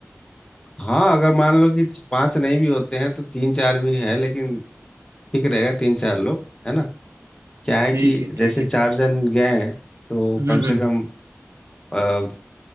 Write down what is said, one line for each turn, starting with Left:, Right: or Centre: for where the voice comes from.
Left: हाँ अगर मान लो कि पांच नहीं भी होते हैं तो तीन चार भी है लेकिन ठीक रहेगा तीन चार लोग है ना क्या है
Right: ठीक
Left: कि
Right: है ठीक
Left: जैसे
Right: है
Left: चार जन गए हैं तो
Right: हम्म
Left: कम
Right: हम्म
Left: से कम अ,